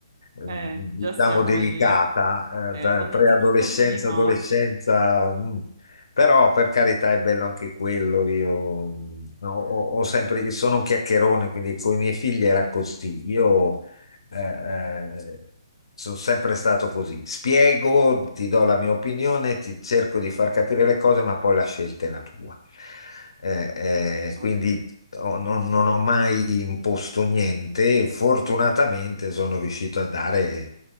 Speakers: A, on the left; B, on the right.
A: mm,
B: Eh, già
A: diciamo,
B: siamo
A: delicata,
B: lì, Eh,
A: eh, da
B: inizia
A: preadolescenza,
B: tutto prima
A: adolescenza,
B: oggi.
A: mm. Però per carità è bello anche quello. Io mm, ho, ho- ho sempre, sono un chiacchierone, quindi con i miei figli era così. Io eh, eh, sono sempre stato così. Spiego, ti do la mia opinione, ti cerco di far capire le cose, ma poi la scelta è la tua. Eh, eh,
B: Giusto.
A: quindi ho- non, non ho mai imposto niente. e Fortunatamente sono riuscito a dare